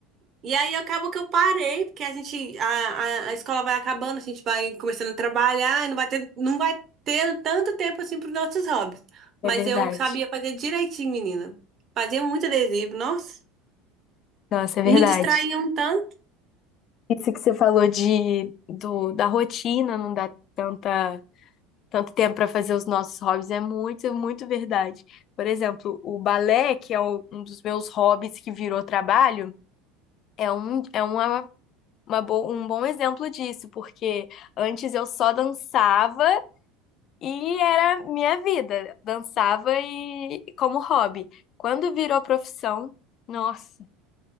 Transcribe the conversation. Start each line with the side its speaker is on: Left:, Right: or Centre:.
Right: e aí acabou que eu parei, porque a gente, a, a, a escola vai acabando, a gente vai começando a trabalhar, e não vai ter, não vai ter tanto tempo assim para os nossos hobbies. Mas
Left: É verdade.
Right: eu sabia fazer direitinho, menina. Fazia muito adesivo, nossa.
Left: Nossa, é verdade.
Right: E me distraía um tanto.
Left: Isso que você falou de do, da rotina não dá tanta tanto tempo para fazer os nossos hobbies é muito, é muito verdade. Por exemplo, o balé, que é o- um dos meus hobbies que virou trabalho, é um, é uma, uma bo- um bom exemplo disso, porque antes eu só dançava e era minha vida, dançava e como hobby. Quando virou profissão, nossa,